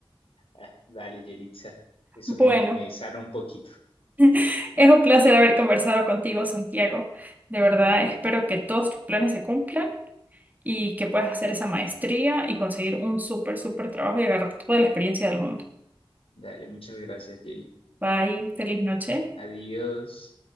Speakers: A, on the left; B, on the right.
A: Ah, dale, Yelitza. Eso
B: Bueno,
A: me, me sana un poquito.
B: <laughs> es un placer haber conversado contigo, Santiago. De verdad,
A: Dale,
B: espero que todos tus planes se cumplan. y que puedas hacer esa maestría y conseguir un súper, súper trabajo y agarrar toda la experiencia del mundo.
A: dale. Muchas gracias, Yeli.
B: Bye, feliz noche.
A: Adiós.